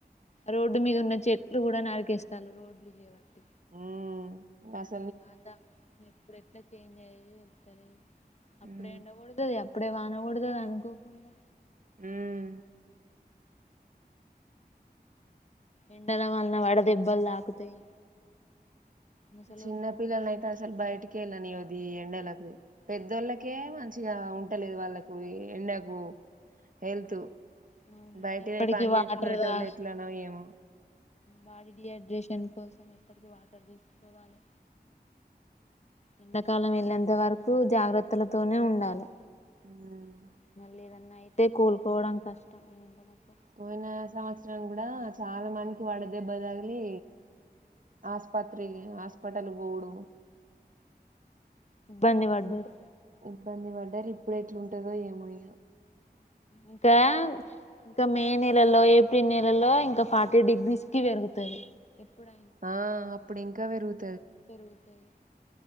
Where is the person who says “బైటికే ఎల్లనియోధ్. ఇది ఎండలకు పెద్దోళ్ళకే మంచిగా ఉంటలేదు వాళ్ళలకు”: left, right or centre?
Right